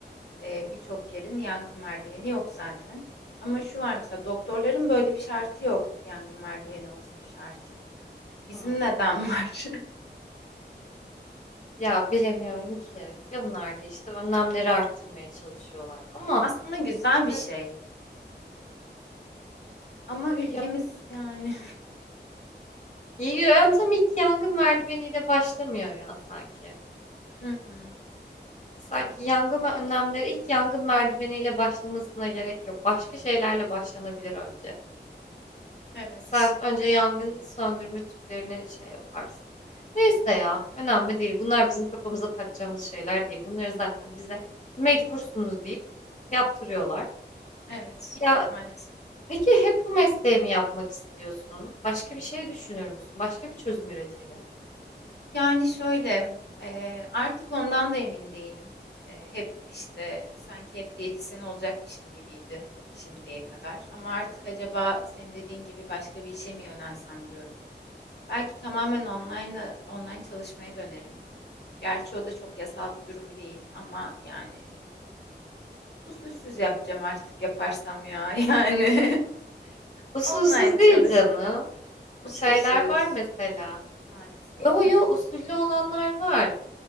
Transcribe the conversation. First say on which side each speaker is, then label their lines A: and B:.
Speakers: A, on the left (about 70°); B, on the left (about 40°).
A: E, birçok yerin yangın merdiveni yok zaten. Ama şu var mesela doktorların böyle bir şartı yok yangın merdiveni olsun şartı. Bizim
B: Hmm.
A: neden var?
B: Ya bilemiyorum ki. Ya Onlar da işte önlemleri arttırmaya çalışıyorlar.
A: <laughs>
B: Ama
A: Aslında güzel
B: işte
A: bir şey ama ülkemiz
B: ya,
A: yani.
B: yöntem ilk yangın merdiveniyle başlamıyor ya sanki.
A: <laughs> Hı hı.
B: Sanki yangın önlemleri ilk yangın merdiveniyle başlamasına gerek yok. Başka şeylerle başlanabilir önce.
A: Evet.
B: Sen önce yangın söndürme tüplerini şey yaparsın. Neyse ya, önemli değil. Bunlar bizim kafamıza takacağımız şeyler değil. Bunları zaten bize mecbursunuz deyip yaptırıyorlar.
A: Evet.
B: Ya
A: Maalesef.
B: peki hep bu mesleği mi yapmak istiyorsun? Başka bir şey düşünür müsün? Başka bir çözüm üretelim.
A: Yani şöyle, eee, artık ondan da emin değilim. Eee, hep işte sanki hep diyetisyen olacakmışım gibiydi şimdiye kadar. Ama artık acaba senin dediğin gibi başka bir işe mi yönelsem diyorum. Belki tamamen online online çalışmaya dönerim. Gerçi o da çok yasal bir durum değil ama yani usulsüz yapacağım artık yaparsam ya <laughs> yani.
B: Usulsüz
A: Online çalışırım.
B: değil canım.
A: Usulsüz
B: Şeyler var mesela.
A: maalesef.
B: Yo
A: <laughs>
B: yo usullü olanlar var.